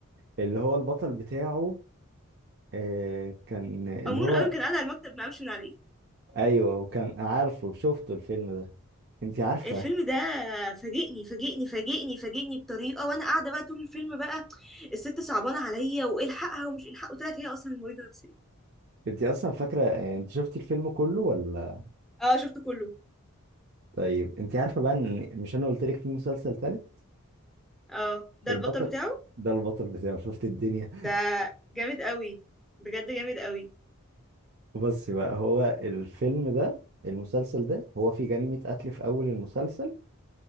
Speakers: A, on the right (about 45°); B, in the centre.
A: اللي هو البطل بتاعه آه كان اللي
B: امور
A: هو
B: قوي كان قاعد على المكتب ما قامش من عليه
A: ايوه وكان عارفه شفته الفيلم ده انت عارفه
B: الفيلم ده فاجئني فاجئني فاجئني فاجئني بطريقه وانا قاعده بقى طول الفيلم بقى الست صعبانه عليا والحقها ومش الحق وطلعت هي اصلا مريضه نفسيه
A: انت اصلا فاكره يعني انت شفتي الفيلم كله ولا
B: اه شفته كله
A: طيب انت عارفه بقى ان مش انا قلت لك في مسلسل تالت
B: اه ده
A: البطل
B: البطل بتاعه
A: ده البطل بتاعه شفت الدنيا
B: ده جامد قوي بجد جامد قوي
A: بس بقى هو الفيلم ده المسلسل ده هو في جريمه قتل في اول المسلسل